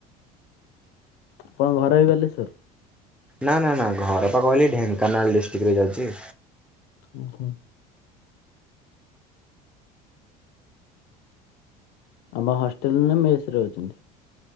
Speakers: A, on the left; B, in the centre.
A: ଆପଣଙ୍କ ଘର ବି ବାଲେଶ୍ଵର?
B: ନା ନା ନା ଘର ପା କହିଲି ଢେଙ୍କାନାଳ ଡିଷ୍ଟ୍ରିକରେ ଯାଉଚି।
A: ଓହୋ। ଆମ ହଷ୍ଟେଲ ନା ମେସରେ ରହୁଚନ୍ତି?